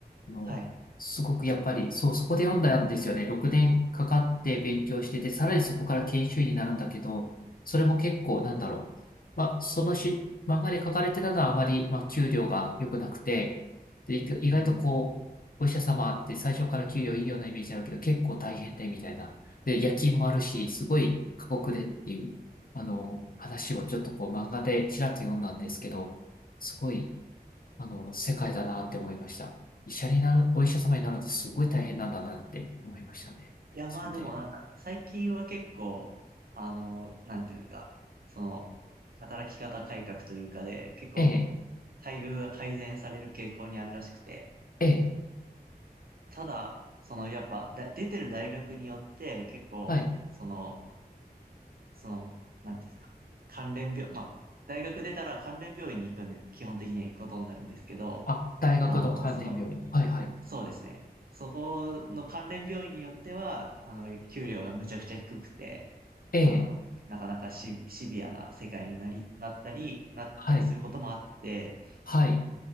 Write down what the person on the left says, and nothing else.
あの、
すごくやっぱり、そう、そこで読んだんですよね。6年かかって勉強してて、さらにそこから研修医になるんだけど、それも結構、なんだろう。まあ、そのし、漫画で書かれてたのはあまり、まあ、給料が良くなくて、で、意意外とこう、
お医者様って最初から給料いいようなイメージあるけど、結構大変で、みたいな。で、夜勤もあるし、すごい過酷でっていう、あの、話をちょっとこう、漫画でちらっと読んだんですけど、すごい、あの、世界だなって思いました。医者になる、お医者様になるのってすごい大変なんだなって思いましたね。
それで、
ええ、
ええ、
はい。
あ、大学の関連病院。
はい、はい。
ええ、
はい、はい。